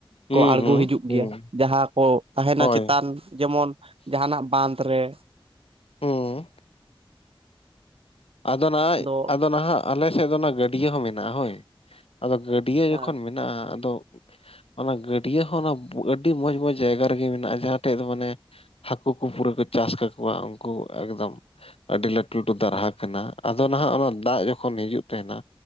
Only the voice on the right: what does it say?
ᱠᱚ ᱟᱬᱜᱚ
ᱦᱤᱡᱩᱜ ᱜᱮᱼᱭᱟ
ᱡᱟᱦᱟᱸ ᱠᱚ ᱛᱟᱦᱮᱱᱟᱹ
ᱪᱮᱛᱟᱱ ᱡᱮᱹᱢᱚᱱ ᱡᱟᱦᱟᱱᱟᱼᱜ ᱵᱟᱸᱫᱽ ᱨᱮ
ᱟᱫᱚ
ᱦᱮᱸ